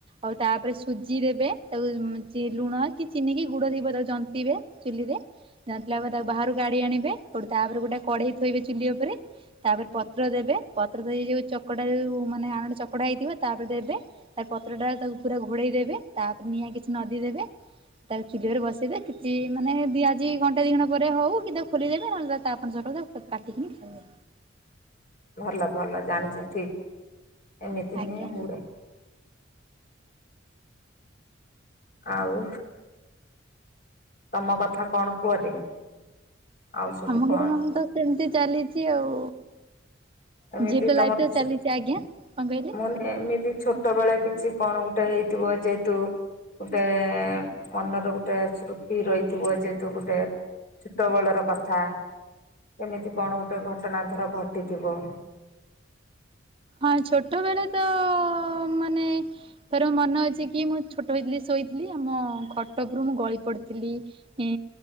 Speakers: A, on the right; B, on the left.
A: ଆଉ ତାପରେ ସୁଜି ଦେବେ ତାକୁ ଲୁଣ କି ଚିନି କିି ଗୁଡ ଥିବ ତାକୁ ଜନ୍ତିବେ। ଚୁଲିରେ ଜାିଲା ପରେ ତାକୁ ବାହାରାରୁ ଗାଡି ଆଣିବେୋ ତାପରେ ଗୋଟେ କଡେଇ ଥୋଇବେ ଚୁଲି ଉପରେ। ତାପରେ ପତ୍ର ଦେବେ ପତ୍ର ଦେଇ ଯୋଉ ଚକଟା ଯୋଉ ମାନେ ଆଣଟ ଚକଡା ହେଇଥିବ ତାପରେ ଦେବେ। ତା ପତ୍ରଟା ତାକୁ ପୁରା ଘୋଡ଼େଇ ଦେବେ ତାପରେ ନିଆଁ କିଛି ନଦୀ ଦେବେ। ତାକୁ ଚୁଲି ଉପରେ ବସେଇଦେ କିଛି ମାନେ ଦି ଆଜି ଘଣ୍ଟେ ଦି ଘଣ୍ ପରେ ହଉ। କିଦ ଖୋଲିଦେବେ ନହେଲେ ତାପଣ ସକାଳ ତ କାକି ଖାଇବେ।
B: ଭଲ ଭଲ ଜାଣିଛ ଠିକ ଏମିତି
A: ଆଜ୍ଞା
B: ହିଁ ହୁଏ। ଆଉ। ତମ କଥା କଣ କୁହ ଟିକେ? ଆଉ ସବୁ
A: ଆମ
B: କଣ?
A: ଗର ତ ସେମିତି ଚାଲିଛି ଆଉ।
B: ଏମିତି
A: ଝିଏ ତ
B: ତମର
A: ଲାଇଫ
B: ଛୁ
A: ଚାଲିଛି ଆଜ୍ଞା କଣ କହିଲି।
B: ମାନେ ଏମିତି ଛୋଟ ବେଳେ କିଛି କଣ ଗୋଟେ ହେଇଥିବ ଯେହେତୁ। ଗୋଟେ ମନର ଗୋଟେ ସ୍ମୁତି ରହିଥିବ ଯେହେତୁ ଗୋଟେ। ଛୋଟ ବେଳର କଥା ଏମିତି କଣ ଗୋଟେ ଘଟଣା ଧର ଘଟିଥିବ।
A: ହଁ ଛୋଟ ବଳେ ତ ମାନେ ତର ମନେ ଅଛି କି ମୁଁ ଛୋଟ ହେଇଥିଲି ଶୋଇଥିଲି ଆମ ଖଟ ଉପରୁ ମୁଁ ଗଳି ପଡିଥିଲି। ହଁ